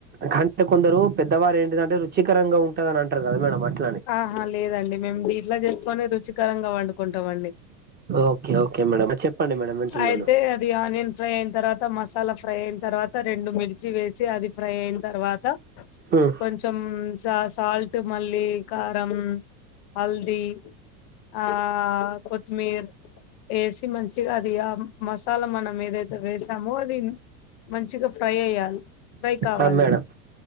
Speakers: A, on the right; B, on the left.
A: ఘన్ అంటే కొందరు పెద్దవారు ఏంటిదంటే రుచికరంగా ఉంటదనంటారు కదా మేడం అట్ల్
B: ఆహ లేదండి మేము దీంట్లా జేసుకొనే రుచికరంగా వండుకుంటామండి.
A: ఓకే ఓకే మేడం చెప్పండి మేడం వింటున్నాను
B: అయితే అది ఆనియన్ ఫ్రై అయిన తర్వాత, మసాలా ఫ్రై అయిన తర్వాత, రెండు మిర్చి వేసి అది ఫ్రై అయిన తర్వాత
A: హ్మ్.
B: కొంచెం చ సాల్ట్ మళ్ళీ కారం, హల్ది ఆ కొత్మీర్ ఏసి మంచిగా అది ఆ మసాలా మనం ఏదైతే వేసామో అది మంచిగా ఫ్రై ఎయ్యాల్ ఫ్రై కావాలి,
A: ఆ మేడం